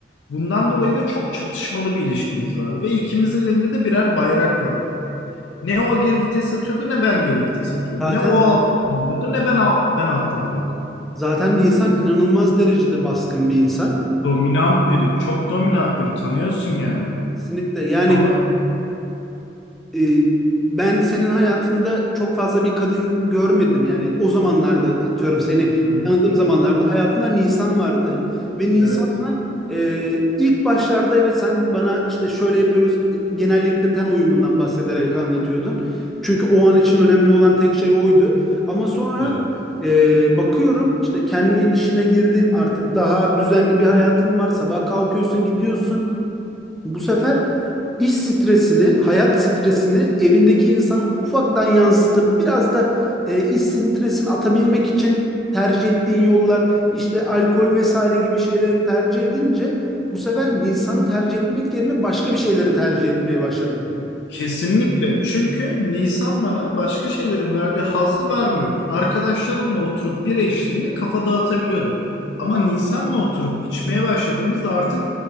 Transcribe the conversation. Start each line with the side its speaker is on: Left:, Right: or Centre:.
Left: Bundan dolayı da çok çatışmalı bir ilişkimiz vardı ve ikimizin elinde de birer bayrak vardı. Ne o geri vites atıyordu ne ben geri vites atıyordum.
Centre: Zaten
Left: Ne o alttan alıyordu ne ben al ben alttan alıyordum.
Centre: Zaten Nisan inanılmaz derecede baskın bir insan.
Left: Dominant biri, çok dominant biri tanıyorsun yani.
Centre: Kesinlikle yani
Left: Ama
Centre: e, ben senin hayatında çok fazla bir kadın görmedim. Yani o zamanlarda atıyorum seni
Left: hı hı,
Centre: tanıdığım zamanlarda hayatında Nisan vardı ve Nisan'la
Left: evet,
Centre: e, ilk başlarda evet sen bana işte şöyle yapıyoruz e, genellikle ten uyumundan bahsederek anlatıyordun. Çünkü o an için önemli olan tek şey oydu. Ama sonra
Left: evet.
Centre: e, bakıyorum işte kendi işine girdin artık daha düzenli bir hayatın var. Sabah kalkıyorsun gidiyorsun. Bu sefer iş stresini, hayat stresini evindeki insana ufaktan yansıtıp biraz da e, iş stresini atabilmek için tercih ettiğin yollar, işte alkol vesaire gibi şeyleri tercih edince bu sefer Nisan'ı tercih etmek yerine başka bir şeyleri tercih etmeye başladın.
Left: Kesinlikle. Çünkü Nisan bana başka şeylerin verdiği hazzı vermiyordu. Arkadaşlarımla oturup bira içtiğimde kafa dağıtabiliyordum. Ama Nisan'la oturup içmeye başladığımızda artık